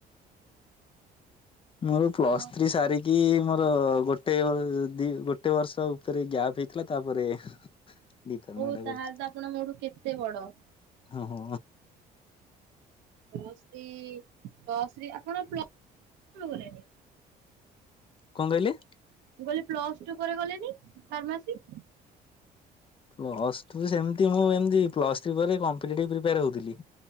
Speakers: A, on the left (about 30°); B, on the right (about 85°).
A: ମୁଁ ଏବେ
B: ଆପଣ
A: ପ୍ଲସ୍ ଥ୍ରୀ ସାରିକି କି ମୋର ଗୋଟେ ବ ଦି ଗୋଟେ ବର୍ଷ ଉପରେ ଗ୍ୟାପ୍ ହେଇଥିଲା ତାପରେ ଡି ଫାର୍ମା
B: ଓ
A: ଟା କରିଛି
B: ତା ହେଲେ ତ ଆପଣଙ୍କ ମୋଠୁ କେତେ ବଡ।
A: ହଁ ହୋ।
B: ପ୍ଲସ ଥ୍ରି ପ୍ଲସ ଥ୍ରି ଆପଣ୍ ପ୍ଲୁ କଲେଣି?
A: କଣ କହିଲେ?
B: ମୁଁ କହିଲି ପ୍ଲସ ଟୁ ପରେ କଲେନି ଫାର୍ମାସି।
A: ପ୍ଲସ ଟୁ ସେମିତି ମୁଁ ଏମତି ପ୍ଲସ ଥ୍ରି ପରେ କମ୍ପିଟେଟିଭ ପ୍ରିପୟାର ହଉଥିଲି।